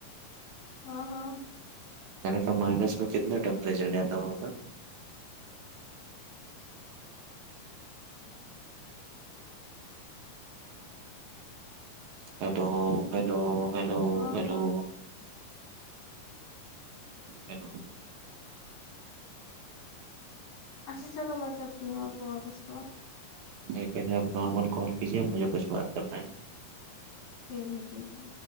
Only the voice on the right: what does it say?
کا مائنس میں کتنا ٹیمپریچر جاتا ہوگا ہیلو ہیلو ہیلو
ہیلو
ہیلو
نہیں پہلے آپ نارمل کال کیجئے مجھے کچھ بات کرنا ہے